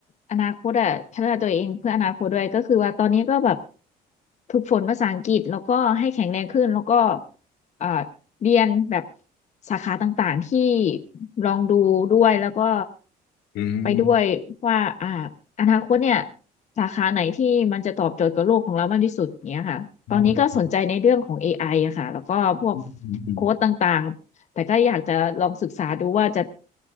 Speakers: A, on the left; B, on the left.
A: อนาคตอะพัฒนาตัวเองเพื่ออนาคตด้วยก็คือว่าตอนนี้ก็แบบฝึกฝนภาษาอังกฤษแล้วก็ให้แข็งแรงขึ้นแล้วก็เอ่อเรียนแบบสาขาต่างๆที่ลองดูด้วยแล้วก็
B: อืม
A: ไปด้วยว่าอ่าอนาคตเนี่ยสาขาไหนที่มันจะตอบโจทย์กับโลกของเรามากที่สุดอย่างเงี้ยค่ะตอนนี้ก็สนใจในเรื่องของเอไออะค่ะแล้วก็พวก
B: อืมอืมอืม
A: โค้ดต่างๆแต่ก็อยากจะลองศึกษาดูว่าจะ